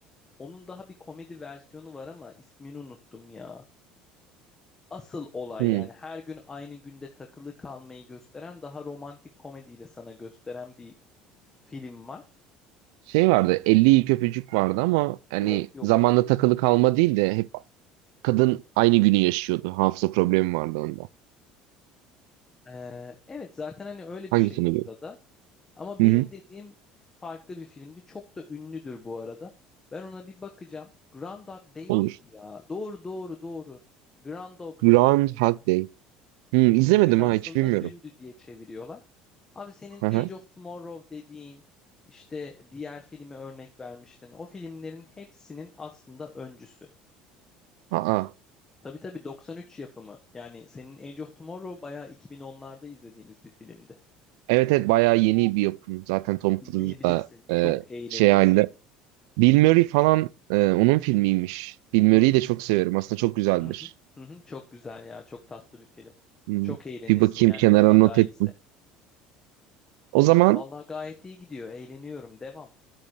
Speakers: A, on the left (about 20°); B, on the right (about 85°).
A: onun daha bir komedi versiyonu var ama ismini unuttum ya. asıl olay
B: Hmm.
A: yani her gün aynı günde takılı kalmayı gösteren daha romantik komediyle sana gösteren bir film var.
B: Şey vardı, 50 ilk öpücük vardı ama hani
A: Yok yok
B: zamanda
A: yok yok.
B: takılı kalma değil de hep kadın aynı günü yaşıyordu. Hafıza problemi vardı onda.
A: Ee, evet zaten hani öyle bir
B: Hangisini
A: şey burada
B: diyor?
A: da. Ama
B: Hı
A: benim
B: hı.
A: dediğim farklı bir filmdi. Çok da ünlüdür bu arada. Ben ona bir bakacağım. Grand Dog Day
B: Olur.
A: miydi ya? Doğru doğru doğru. Grand Dog
B: Groundhog
A: Day.
B: Day. Hmm, izlemedim
A: Bugün aslında
B: ha hiç bilmiyorum.
A: dündü diye çeviriyorlar. Abi senin
B: Hı hı.
A: Age of Tomorrow dediğin işte diğer filmi örnek vermiştin. O filmlerin hepsinin aslında öncüsü.
B: Aa.
A: Tabii tabii 93 yapımı. Yani senin Age of Tomorrow bayağı 2010'larda izlediğimiz bir filmdi.
B: Evet evet bayağı yeni bir yapım. Zaten Tom
A: İzleyebilirsin.
B: Cruise da e,
A: Çok eğlenirsin.
B: şey halinde. Bill Murray falan e, onun filmiymiş. Bill Murray'i
A: Hı hı,
B: de çok severim. Aslında çok güzeldir.
A: hı hı, hı hı. Çok güzel ya. Çok tatlı bir film.
B: Hmm,
A: Çok eğlenirsin
B: Bir bakayım
A: yani
B: kenara
A: mutlaka
B: not
A: izle.
B: ettim. O zaman
A: Vallahi gayet iyi gidiyor. Eğleniyorum. Devam.